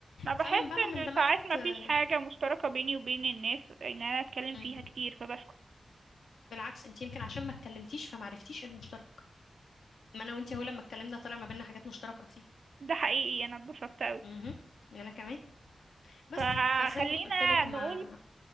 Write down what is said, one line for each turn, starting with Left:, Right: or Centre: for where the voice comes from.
Right: انا بحس
Left: فمن بعد ما
Right: ان
Left: اندمجت
Right: ساعات ما
Left: آه،
Right: فيش حاجة مشتركة بيني وبين الناس ان انا اتكلم
Left: مم.
Right: فيها كتير فبسكت
Left: بالعكس انت يمكن عشان ما اتكلمتيش فما عرفتيش إيه المشترك ما انا وانت هو لما اتكلمنا طلع ما بيننا حاجات مشتركه كتير
Right: ده حقيقي انا اتبسطت اوي
Left: امم انا كمان بس
Right: فخلينا
Left: فزي ما قلت لك
Right: نقول
Left: ما